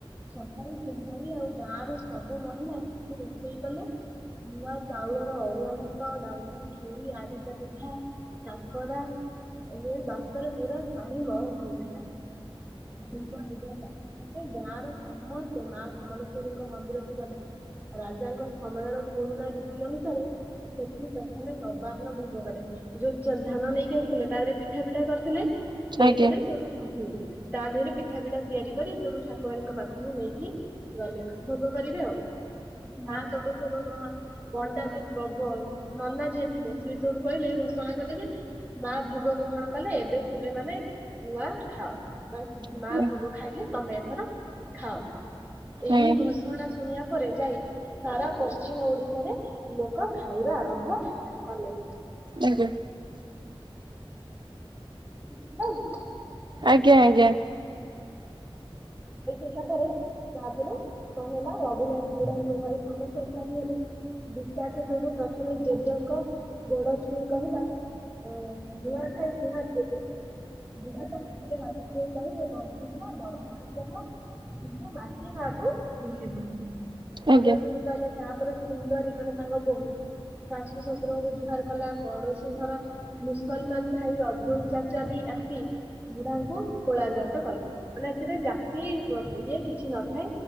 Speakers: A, on the right; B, on the right.
A: ସକାଳ ସୁନ୍ଦରି ଆଉ ଗାଁ ର ସବୁ ମହିଳା ରୋଷେଇ କଲେ। ନୂଆ ଚାଉଳର ଅରୁଆ ଭାତ, ଡାଲମା, ଖିରି, ଆରିସା ପିଠା, କାକରା ଏ ବାସରେ ପୁରା ପାଣି ମହକି ଉଠିଲା। ଦିନ ଏଗାରଟା ସମୟରେ ଗାଁର ସମସ୍ତ ମା ସମଳେଶ୍ଵରୀଙ୍କ ମନ୍ଦିରକୁ ଗଲେ ରାଜାଙ୍କ ସମୟର ପୁରୁଣା ରୀତି ଅନୁସାରେ ସେଠି ପ୍ରଥମେ ନବାର୍ନ ଭୁୋଗ କଲେ। ଯୋଉ ଧାନ ନେଇକି ଆସିଥିଲେ ତା ଦେହରେ ପିଠା ଫିଠା କରିଥିଲେ। ସେଇଥରେ
B: ଆଜ୍ଞା
A: ସୋଉଟୁ ହୁଁ। ତା ଦେହରେ ପିଠା ଫିଠା ତିଆରି କରି ସେଠୁ ଠାକୁରାଣୀଙ୍କ ପାଖକୁ ନେଇକି ଗଲେ। ଭୋଗ କରିବେ ଆଉ ମା ସେଠୁ ଭୋଗ ଗ୍ରହଣ ପଣ୍ଡା ଯଉ ନନା ଯିଏ ଥିଲେ ସ ଯୋଠୁ କହିଲେ <inaudible> ମା ଭୋଗ ଗ୍ରହଣ କଲେ ଏବେ ତୁମେ ମାନେ ନୂଆ ଖାଅ। ମାନେ
B: ଆଜ୍ଞା
A: ମା ଭୋଗ ଖାଇଲେ ତମେ ଏଥର ଖାଅ। ଏହି
B: ଆଜ୍ଞା
A: ଘୋଷଣା ଶୁଣିବା ଉପରେ ଯାଇ ସାରା ପଶ୍ଚିମ ଓଡିଶାରେ ଲୋକ ଖାଇବା ଆରମ୍ଭ କଲେ।
B: ଆଜ୍ଞା।
A: <unintelligible>
B: ଆଜ୍ଞା, ଆଜ୍ଞା।
A: <inaudible> ରିଲା ପରେ ତାପରେ କଁ ହେଲା ରଘୁନାଥ ବୁଢାଙ୍କ ଘରେ ସମସେ ଏକାଠି ହେଲେ। ବିକାଶ ସଠୁ ପ୍ରଥମେ ଜେଜେଙ୍କ ଗୋଡ ଛୁଇଁ କହିଲା ଅ ନୂଆଖାଇ କୁହାର ଜେଜେ। ବୁଢା ତରେ ହାତ ଛୁଇ କହିଲେ ବଞ୍ଚିଥିଲା ବଡ <inaudible> କ କିନ୍ତୁ ମାଟି ମା କୁ ଭୁଲିବୁନି। ଏଇ
B: ଆଜ୍ଞା।
A: <inaudible> ତାପରେ ସୁନ୍ଦରୀ ମାନେ ତାଙ୍କ ବୋହୂ ଶାଶୁ ଶଶୁରଙ୍କୁ ଜୁହାର କଲା ପଡୋଶୀ ଘର ମୁସଲମାନ ଭାଇ ଅବଦୁଲ ଚାଚା ବି ଆସି ବୁଢାଙ୍କୁ କୋଳାଗ୍ରତ କଲେ। ମାନେ ସେଥିରେ ଜାତି ପ୍ର ଇଏ କିଛି ନଥାଏ